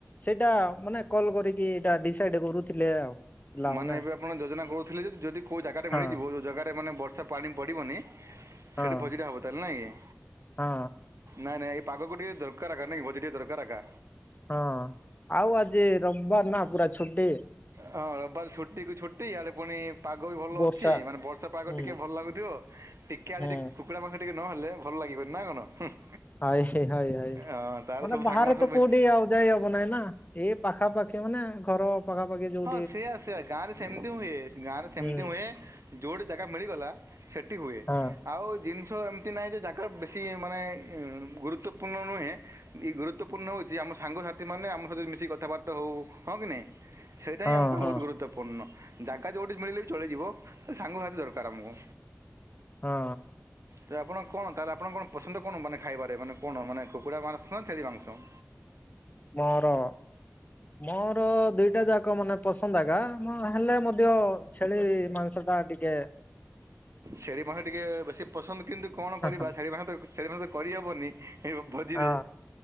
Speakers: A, on the left (about 35°); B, on the right (about 70°).
A: ସେଇଟା ମାନେ କଲ କରିକି ଏଇଟା ଡିସାଇଡ କରୁଥିଲେ ଆଉ। ପିଲାମାନେ
B: ମାନେ ଏବେ ଆପଣ ଯୋଜନା କରୁଥିଲେ ଯେ ଯଦି ଜାଗାରେ
A: ହଁ
B: ମିଳିଯିବ ଉ ଜାଗାରେ ମାନେ ବ ର୍ଷା ପାଣି ପଡ଼ିବନି।
A: ହଁ
B: ସେଇଠି ଭୋଜିଟା ହେବ ତାହେଲେ ନା ଆଜ୍ଞା?
A: ହଁ
B: ନାଇଁ ନାଇଁ ଏଇ ପାଗକୁ ଟିକିଏ ଦରକାର ଅକା। ନାଇଁ ଭୋଜି ଟେ ଦରକାର ଅକା।
A: ହଁ ଆଉ ଆଜି ରବିବାର ନା ପୁରା ଛୁଟି।
B: ହଁ ହଁ ରବିବାର ଛୁଟ ଛୁଟି କୁ ଛୁଟି ଇଆଡେ ପୁଣି ପାଗ ବି ଭଲ
A: ବର୍ଷା
B: ଅଛି। ମାନେ ବର୍ଷା ପାଗ
A: ହୁଁ
B: ଟିକିଏ ଭଲ ଲାଗୁଥିବ। ଟିକିଏ
A: ହୁଁ
B: ଆଜି କୁକୁଡ଼ା ମା ଟିକିଏ ନ ହେଲେ ଭଲ ଲାଗିବନି ନା କଣ? ହୁଁ-
A: ହାଏ ସେ ହାଏ ହାଏ
B: ହଁ ତାହେଲେ
A: ମାନେ
B: ସବୁ
A: ବାହାରେ
B: ସାଙ୍ଗମାନେ ସବୁ
A: ତ
B: ମିଶି
A: କୋଉଠି ଆଉ ଯାଇ ହବ ନାଇଁ ନା। ଏଇ ପାଖାପାଖି ମାନେ ଘର ପାଖାପାଖି ଯୋଉ
B: ସେଇଆ ସେଇଆ ଗାଁ ରେ ସେମିତି ହୁଁଏ। ଗାଁ ରେ ସେମିତି
A: ହୁଁ
B: ହୁଁଏ ଯୋଉଠି ଜାଗା ମିଳିଗଲା ସେଟି ହୁଏ।
A: ହଁ
B: ଆଉ ଜିନିଷ ଏମିତି ନାହିଁ ଯେ ଜାଗା ବେଶୀ ମାନେ ଏ ଗୁରୁତ୍ୱପୂର୍ଣ୍ଣ ନୁହେଁ। ଏଇ ଗୁରୁତ୍ୱପୂର୍ଣ୍ଣ ହୋଉଚି ଆମ ସାଙ୍ଗସାଥିମାନେ ଆମରଯୋଉ ମିଶିକି କଥାବାର୍ତ୍ତା ହୋଉ। ହଁ କି ନାଇଁ? ହେଇଟା
A: ହଁ
B: ହିଁଆମ୍
A: ହଁ
B: ଗୁରୁପୂର୍ଣ ଜାଗା ଯୋଉଠି ମିଳିଲେ ବି ଚଳିଯିବ। ସାଙ୍ଗସାଥି ଦରକାର ଆମକୁ।
A: ହଁ।
B: ହୁଁ <inaudible> ଆପଣ କଣ ତାହେଲେ ଆପଣ କଣ ପସନ୍ଦ କଣ ମାନେ ଖାଇବାରେ ମାନେ କଣ? ମାନେ କକୁଡ଼ ମାଂସ ନା ଛେଳି ମାଂସ?
A: ମୋର ମୋର ଦୁଇଟା ଯାକ ମାନେ ପସନ୍ଦ ଆଗା ହେଲେ ମଧ୍ୟ ଛେଳି ମାଂସଟା ଟିକିଏ
B: ଛେଳି <unintelligible> ଟିକେ ବେଶୀ ପସନ୍ଦ କିନ୍ତୁ କଣ
A: ହଁ
B: କରିବା
A: ହଁ
B: ଛେଳି ମାହନ୍ତ ଛେଳି ମାଉସତ କରିହେବନି। ଏବେ ଭୋଜିରେ
A: ହଁ